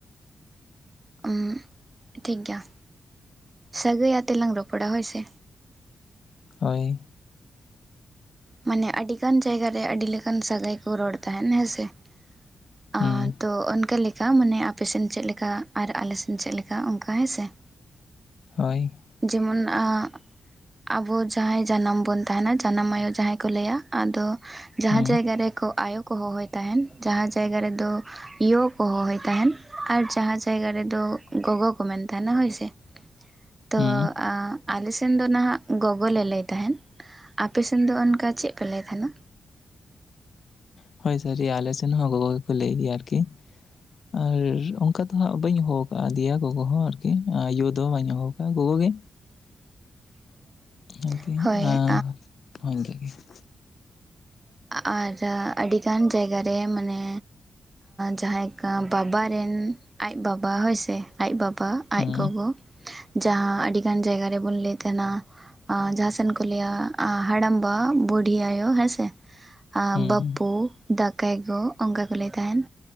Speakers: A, on the right; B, on the left.
A: ᱩ <unintelligible> ᱴᱷᱤᱠ ᱜᱮᱭᱟ ᱥᱟᱹᱜᱟᱹᱭ ᱟᱛᱮ ᱞᱟᱝ ᱨᱚᱯᱚᱲᱟ ᱦᱳᱭ ᱥᱮ᱾
B: ᱦᱳᱭ᱾
A: ᱢᱟᱱᱮ ᱟᱹᱰᱤ ᱜᱟᱱ ᱡᱟᱭᱜᱟ ᱨᱮ ᱟᱹᱰᱤ ᱞᱮᱠᱟᱱ ᱥᱟᱹᱜᱟᱭ ᱠᱚ ᱨᱚᱲ ᱛᱟᱦᱮᱱ ᱦᱮᱸᱥᱮ᱾ <unintelligible>
B: ᱦᱩᱸ
A: ᱛᱚ ᱚᱱᱠᱟ ᱞᱮᱠᱟ ᱢᱟᱱᱮ ᱟᱯᱮ ᱥᱮᱱ ᱪᱮᱫ ᱞᱮᱠᱟ ᱟᱨ ᱟᱞᱮ ᱥᱮᱱ ᱪᱮᱫ ᱞᱮᱠᱟ ᱚᱱᱠᱟ ᱦᱮᱸ ᱥᱮ᱾ <inaudible>
B: ᱦᱳᱭ᱾
A: ᱡᱮᱢᱚᱱ <unintelligible> ᱟᱵᱚ ᱡᱟᱦᱟᱸᱭ ᱡᱟᱱᱟᱢ ᱵᱚᱱ ᱛᱟᱦᱮᱸᱱᱟ ᱡᱟᱱᱟᱢ ᱟᱭᱳ ᱡᱟᱦᱟᱸ ᱠᱚ ᱞᱟᱹᱭᱟ, ᱟᱫᱚ ᱡᱟᱦᱟᱸ
B: ᱦᱩᱸ
A: ᱡᱟᱭᱜᱟ ᱨᱮᱠᱚ ᱟᱭᱳ ᱠᱚ ᱦᱚᱦᱚᱭ ᱛᱟᱦᱮᱸᱱ, ᱡᱟᱦᱟᱸ ᱡᱟᱭᱜᱟ ᱨᱮᱫᱚ ᱭᱳ ᱠᱚ ᱦᱚᱦᱚᱭ ᱛᱟᱦᱮᱸᱱ ᱟᱨ ᱡᱟᱦᱟᱸ ᱡᱟᱭᱜᱟ ᱨᱮᱫᱚ ᱜᱚᱜᱚ ᱠᱚ ᱢᱮᱱ ᱛᱟᱦᱮᱸᱱᱟ ᱦᱳᱭ ᱥᱮ᱾ ᱦᱮᱸ <unintelligible> ᱛᱳ
B: ᱦᱩᱸ
A: ᱟᱞᱮ ᱥᱮᱱ ᱫᱚ ᱱᱟᱦᱟᱜ ᱜᱚᱜᱚ ᱞᱮ ᱞᱟᱹᱭ ᱛᱟᱦᱮᱸᱱ, ᱟᱯᱮ ᱥᱮᱱ ᱫᱚ ᱚᱱᱠᱟ ᱪᱮᱫ ᱯᱮ ᱞᱟᱹᱭ ᱛᱟᱦᱮᱸᱱᱟ?
B: ᱦᱳᱭ ᱥᱮ <unintelligible> ᱟᱞᱮ ᱥᱮᱱ ᱦᱚᱸ ᱜᱚᱜᱚ ᱜᱮᱠᱚ ᱞᱟᱹᱭ ᱜᱮᱭᱟ ᱟᱨᱠᱤ᱾ ᱟᱨ ᱚᱱᱠᱟ ᱫᱚ ᱦᱟᱸᱜ ᱵᱟᱹᱧ ᱦᱚᱦᱚ ᱟᱠᱟ ᱫᱮᱭᱟ ᱜᱚᱜᱚ ᱦᱚᱸ ᱟᱨᱠᱤ ᱭᱳ ᱫᱚ ᱵᱟᱹᱧ ᱦᱚᱦᱚᱭ ᱟᱠᱟᱫ ᱜᱚᱜᱚ ᱜᱮ᱾
A: <inaudible>
B: ᱦᱮᱜᱮ
A: ᱦᱳᱭ
B: <unintelligible>
A: <unintelligible> ᱟᱨ ᱟᱹᱰᱤᱜᱟᱱ ᱡᱟᱭᱜᱟ ᱨᱮ ᱢᱟᱱᱮ ᱡᱟᱦᱟᱸᱭ ᱠᱟᱢ ᱵᱟᱵᱟ ᱨᱮᱱ ᱟᱡ ᱵᱟᱵᱟ ᱦᱳᱭ ᱥᱮ ᱟᱡ ᱵᱟᱵ ᱯᱟ
B: ᱦᱩᱸ
A: ᱟᱡ ᱜᱚᱜᱚ ᱡᱟᱦᱟᱸ ᱟᱹᱰᱤᱜᱟᱱ ᱡᱟᱭᱜᱟ ᱨᱮ ᱵᱚᱱ ᱞᱟᱹᱭ ᱛᱟᱦᱮᱸᱱᱟ ᱾ ᱡᱟᱦᱟᱸᱱ ᱥᱮ ᱠᱚ ᱞᱟᱹᱭᱟ ᱦᱟᱲᱟᱢᱵᱟ ᱵᱩᱰᱤ ᱟᱭᱳ ᱦᱮᱸ ᱥᱮ᱾
B: ᱦᱩᱸ
A: ᱵᱟᱹᱯ
B: ᱦᱩᱸ
A: ᱯᱩ ᱫᱟᱠᱟᱭ ᱜᱚ᱾ ᱚᱱᱠᱟ ᱠᱚ ᱞᱟᱹᱭ ᱛᱟᱦᱮᱸᱱ